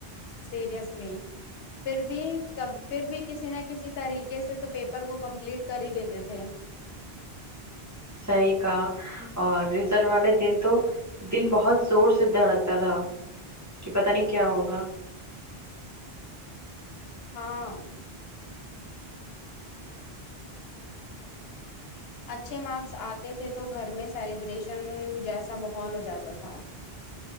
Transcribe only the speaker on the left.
سیریسلی پھر بھی کب پھر بھی کسی نہ کسی طریقے سے تو پیپر کو کمپلیٹ کر ہی دیتے تھے
ہاں اچھے مارکس آتے تھے تو گھر میں سیلیبریشن جیسا بحول ہو جاتا تھا